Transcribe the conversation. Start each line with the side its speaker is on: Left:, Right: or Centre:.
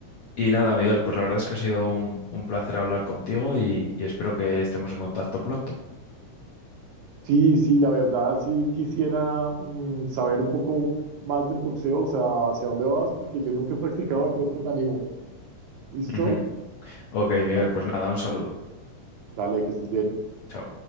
Left: y nada, Miguel, pues la verdad es que ha sido un, un placer hablar contigo y, y espero que estemos en contacto pronto.
Right: Sí, sí, la verdad, sí quisiera mm, saber un poco más del boxeo, o sea, hacia dónde vas, porque yo nunca he practicado, de pronto me animo. ¿Listo?
Left: Ujú. Ok, Miguel,
Right: Dale.
Left: pues nada, un saludo.
Right: Dale, que estés bien.
Left: Chao.